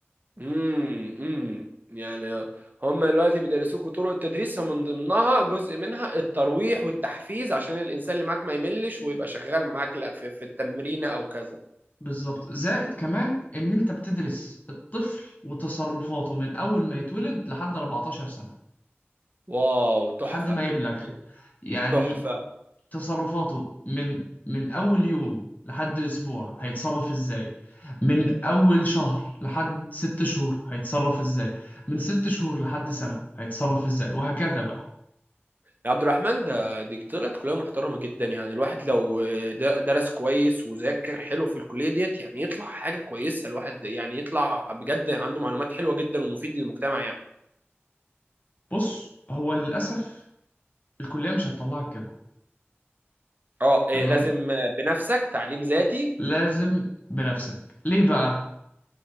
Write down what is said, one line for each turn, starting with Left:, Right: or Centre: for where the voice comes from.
Right: امم امم يعني هم دلوقتي بيدرسوكوا طرق التدريس من ضمنها جزء منها الترويح والتحفيز عشان الانسان اللي معاك ما يملش ويبقى شغال معاك لا في, في التمرين او كذا
Left: بالظبط زائد كمان ان انت بتدرس الطفل وتصرفاته من اول ما يتولد لحد 14 سنة
Right: واو تحفه
Left: لحد ما يبلغ
Right: والله،
Left: يعني
Right: تحفه
Left: تصرفاته من من اول يوم لحد اسبوع هيتصرف ازاي من اول شهر لحد ست شهور هيتصرف ازاي من ست شهور لحد سنة هيتصرف ازاي وهكذا بقى
Right: يا عبد الرحمن ده دي طلعت كليه محترمه جدا يعني الواحد لو د- درس كويس وذاكر حلو في الكليه ديت يعني يطلع حاجه كويسه الواحد يعني يطلع بجد عنده معلومات حلوة جدا ومفيد للمجتمع يعني
Left: بص هو للاسف الكلية مش هتطلعك كده
Right: اه إيه،
Left: تمام
Right: لازم بنفسك تعليم ذاتي
Left: لازم بنفسك ليه بقى